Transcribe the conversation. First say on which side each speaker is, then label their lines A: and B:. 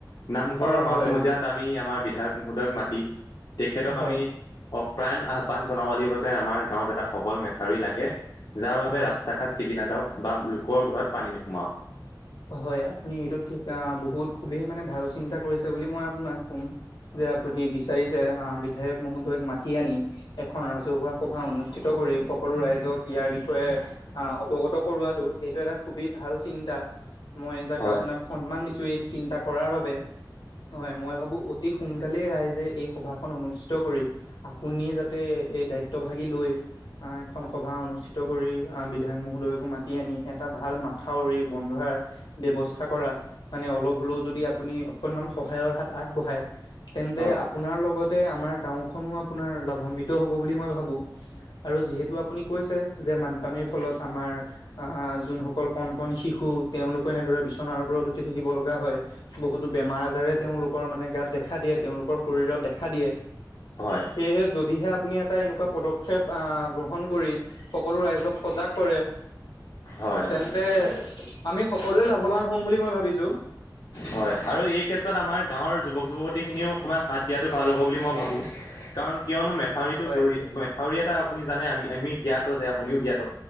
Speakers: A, on the left; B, on the left.
A: নামঘৰৰ
B: অ হয়
A: মাছমজিয়াত আমি আমাৰ বিধায়ক মহোদয়ক মাতি তেখেতক
B: হয়
A: আমি অপ্ৰায়ণ আহ্বান জনাব লাগিব যে আমাৰ গাঁৱত এটা সবল মেথাউৰি লাগে যাৰ বাবে
B: হয়
A: ৰাস্তা শাষাত ছিকি নাওক বা লোকৰ ঘৰত পানী নোসোমাও
B: হয় আপুনি এইটোত ঠিক বহুত খুবেই মানে ভাল চিন্তা কৰিছে বুলি মই আপোনাক কম। যে আপুনি বিচাৰিছে আহ, বিধায়ক মহোদয়ক মাতি আনি এখন ৰাজহুৱা সভা অনুষ্ঠিত কৰি সকলো ৰাইজক ইয়াৰ বিষয়ে আহ অৱগত কৰোৱাতটো এইটো এটা খুবেই ভাল চিন্তা। মই যাক
A: হয়
B: আপোনাক সন্মান দিছো এই চিন্তা কৰাৰ বাবে হয় মই ভাবো অতি সোনকালেই ৰাইজে এই সভাখন অনুষ্ঠিত কৰি আপুনিয় যাতে এই দায়িত্ব ভাগি লৈ আহ, এখন সভা অনুষ্ঠিত কৰি আহ, বিধায়ক মহোদয় মাতি আনি এটা ভাল মাথাউৰি বন্ধোৱাৰ ব্যৱস্থা কৰাত মানে অলপ হ'লেও যদি আপুনি অকনমান সহায়ৰ হাত আগবঢ়ায়। তেন্তে
A: হয়
B: আপোনাৰ লগতে আমাৰ গাওখনো আপোনাৰ লাভান্বিত হ'ব বুলি মই ভাবো। আৰু যিহেতু আপুনি কৈছে যে বানপানীৰ ফলত আমাৰ আহ, যোনসকল কণ, কণ শিশু তেওঁলোকো এনেদৰে বিচনাৰ ওপৰত উতি থাকিব লগা হয়। বহুতো বেমাৰ আজাৰে তেওঁলোকৰ মানে গাত দেখা দিয়ে তেওঁলোকৰ শৰীৰত দেখা দিয়ে।
A: হয়।
B: সেয়েহে যদিহে আপুনি এটা এনেকুৱা পদক্ষেপ গ্ৰহণ কৰি সকলো ৰাইজক সজাগ কৰে।
A: হয়
B: তেন্তে আমি সকলোৱে লাভৱান হম বুলি মই ভাবিছোঁ।
A: হয়, আৰু এই ক্ষেত্ৰত আমাৰ গাঁৱৰ যুৱক-যুৱতীখিনিও অকণমান হাত দিয়াটো ভাল হ'ব বুলি মই ভাবোঁ। কাৰণ কিয়নো মেথাউৰিতটো
B: অ হয়
A: গঢ়ি মেথাউৰি এটা আপুনি জানে আমি আমি জ্ঞাত যে, আপুনিও জ্ঞাত।